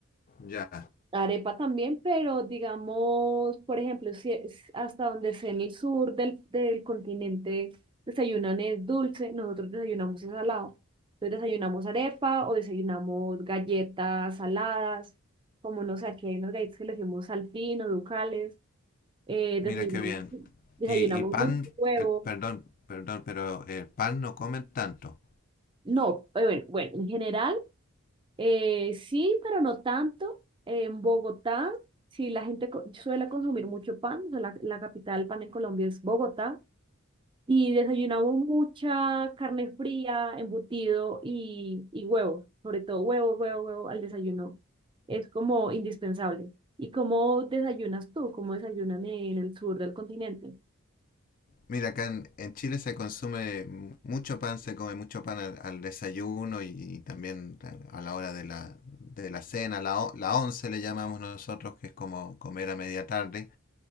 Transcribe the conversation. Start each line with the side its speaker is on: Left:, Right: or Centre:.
Left: Ya,
Right: Arepa también, pero digamos, por ejemplo, si es hasta donde sea en el sur del, del continente desayunan es dulce, nosotros desayunamos es salado. Entonces desayunamos arepa o desayunamos galletas saladas, como no sé, aquí hay unas galletas que le decimos saltín o ducales, eh, desayunamos,
Left: mira qué bien.
Right: desayunamos
Left: Y, y pan,
Right: mucho huevo.
Left: el- perdón, perdón, pero el pan no comen tanto.
Right: No, eh, bueno, bueno, en general Eh, sí, pero no tanto. En Bogotá, sí, la gente co- suele consumir mucho pan. o sea, la, la capital del pan en Colombia es Bogotá. Y desayunamos mucha carne fría, embutido y, y huevos. Sobre todo huevo, huevo, huevo al desayuno. Es como indispensable. ¿Y cómo desayunas tú? ¿Cómo desayunan en el sur del continente?
Left: Mira, acá en, en Chile se consume mucho pan, se come mucho pan al, al desayuno y, y también a a la hora de la, de la cena, la, o- la once le llamamos nosotros, que es como comer a media tarde.